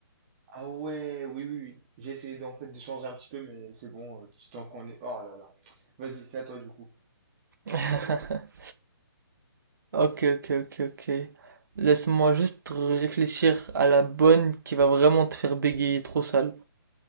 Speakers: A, on the right; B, on the right.
A: Ah ouais, oui, oui, oui. J'ai essayé d'en fait de changer un petit peu, mais c'est bon, euh, tu t'en connais. Oh là là. Vas-y, c'est à toi du coup.
B: <laughs> Ok, ok, ok, ok. Laisse-moi juste réfléchir à la bonne qui va vraiment te faire bégayer trop sale.